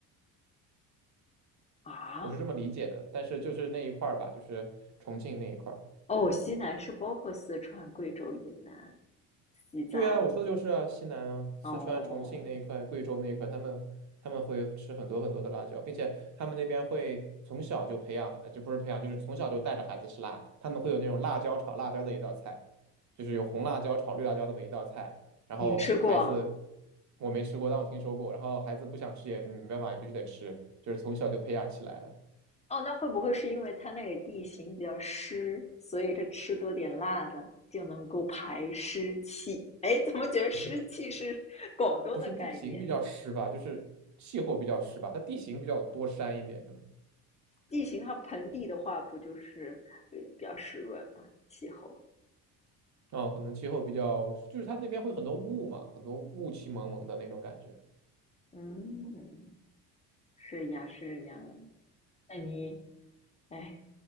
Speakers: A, on the left; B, on the right.
A: 啊，
B: 我是这么理解的，但是就是那一块儿吧，就是重庆那一块儿。
A: 哦，西南是包括四川、贵州、云南、西藏。
B: 对啊，我说的就是啊，西南啊，四川、
A: 哦，
B: 重庆那一块、贵州那一块，他们他们会吃很多很多的辣椒，并且他们那边会从小就培养，呃就不是培养，就是从小就带着孩子吃辣。他们会有那种辣椒炒辣椒的一道菜，就是有红辣椒炒绿辣椒这么一道菜。然后孩子
A: 你吃过啊？
B: 我没吃过，但我听说过。然后孩子不想吃也没办法，也必须得吃，就是从小就培养起来了。
A: 哦，那会不会是因为它那里地形比较湿，所以它吃多点辣的就能够排湿气？哎，怎么觉得湿气是广东的概念？
B: 不是不是地形比较湿吧，就是气候比较湿吧，它地形比较多山一点，可能。
A: 地形它盆地的话，不就是呃比较湿润嘛，气候。
B: 哦，可能气候比较，就是它那边会很多雾嘛，很多雾气蒙蒙的那种感觉。
A: 嗯，是呀，是呀。那你哎，